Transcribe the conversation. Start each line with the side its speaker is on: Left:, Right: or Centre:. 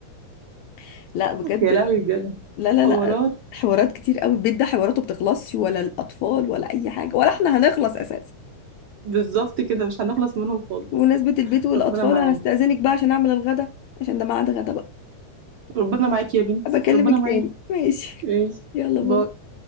Left: <laughs> لا بجد
Right: يا لهوي بجد
Left: لا لا
Right: حوارات
Left: لا حوارات كتير قوي البيت ده حواراته بتخلصش ولا الأطفال ولا أي حاجة ولا احنا هنخلص أساسا
Right: بالظبط كده مش هنخلص منهم خالص
Left: بمناسبة البيت والأطفال
Right: ربنا معانا
Left: أنا استأذنك بقى عشان أعمل الغدا عشان ده ميعاد غدا بقى
Right: ربنا معاكي يا بنتي
Left: بكلمك
Right: ربنا معاكي
Left: تاني ماشي
Right: ماشي
Left: <laughs> يلا باي
Right: باي